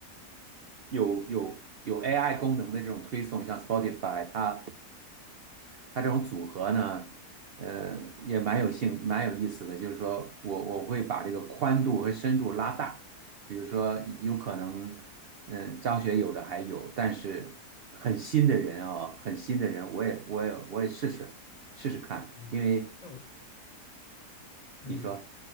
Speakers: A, on the right; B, on the left.
A: 有有有 AI 功能的这种推送，像 Spotify，它它这种组合呢，呃，也蛮有兴蛮有意思的。就是说我我会把这个宽度和深度拉大，比如说有可能，嗯，张学友的还有，但是很新的人啊、很新的人，我也我也我也试试试试看，
B: 嗯，
A: 因为。
B: 那我嗯，
A: 你说。